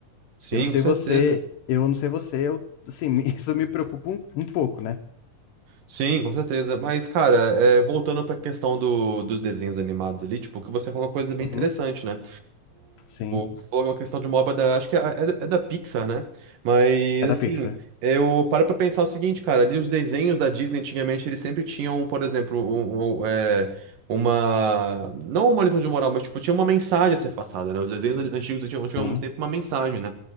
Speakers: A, on the right; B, on the left.
A: Sim,
B: Eu não sei
A: com certeza.
B: você, eu não sei você, eu, assim, <laughs> isso me preocupa um, um pouco, né?
A: Sim, com certeza. Mas, cara, é, voltando pra questão do, dos desenhos animados ali, tipo, o que você falou é uma coisa bem
B: Uhum,
A: interessante, né?
B: sim.
A: você falou uma questão de uma obra da. Acho que é, é da é da Pixar, né? Mas,
B: É da
A: assim,
B: Pixar.
A: eu paro pra pensar o seguinte, cara. Ali os desenhos da Disney antigamente, eles sempre tinham, por exemplo, um, um, um, é, uma. Não uma lição de moral, mas, tipo, tinha uma mensagem a ser passada, né? Os desenhos an- antigos tinham,
B: Sim.
A: tinham sempre uma mensagem, né?